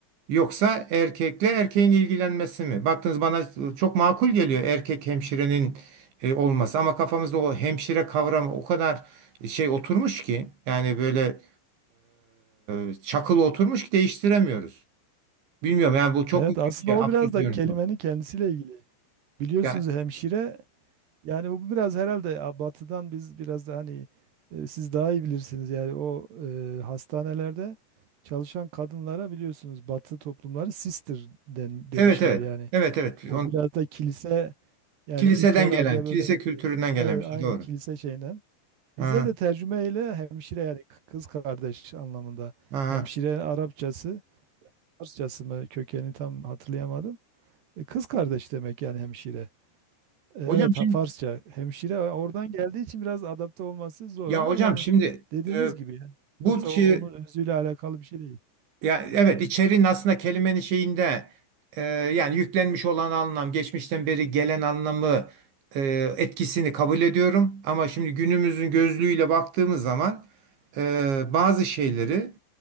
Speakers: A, on the right; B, on the right.
A: Yoksa erkekle erkeğin ilgilenmesi mi? Baktınız bana çok makul geliyor erkek hemşirenin e, olması ama kafamızda o hemşire kavramı o kadar şey oturmuş ki yani böyle e, çakılı oturmuş ki değiştiremiyoruz. Bilmiyorum yani bu çok
B: Evet
A: mu
B: aslında
A: şey, absürt
B: o biraz da
A: bir yöntem.
B: kelimenin kendisiyle ilgili. Biliyorsunuz
A: Ya,
B: hemşire yani bu biraz herhalde ya batıdan biz biraz da hani e, siz daha iyi bilirsiniz yani o e, hastanelerde çalışan kadınlara biliyorsunuz batı toplumları sister den, demişler
A: evet evet.
B: yani.
A: Evet evet.
B: O
A: On,
B: biraz da kilise yani
A: kiliseden
B: ilk herhalde
A: gelen, kilise
B: böyle
A: kültüründen
B: e,
A: gelen
B: evet,
A: bir şey
B: aynı
A: doğru.
B: kilise şeyinden.
A: Ha,
B: Bizde de tercümeyle hemşire yani k- kız kardeş anlamında.
A: ha.
B: Hemşire Arapçası, Farsçası mı kökeni tam hatırlayamadım. E, Kız kardeş demek yani hemşire. E,
A: Hocam
B: Evet
A: şimdi
B: ha, Farsça hemşire e, oradan geldiği için biraz adapte olması zor
A: ya
B: ama
A: hocam
B: yani
A: şimdi
B: dediğiniz
A: e,
B: gibi yani.
A: bu
B: Yoksa
A: şey,
B: o- onun özüyle alakalı bir şey değil.
A: Ya evet içeriğin aslında kelimenin şeyinde e, yani yüklenmiş olan anlam, geçmişten beri gelen anlamı e, etkisini kabul ediyorum. Ama şimdi günümüzün gözlüğüyle baktığımız zaman e, bazı şeyleri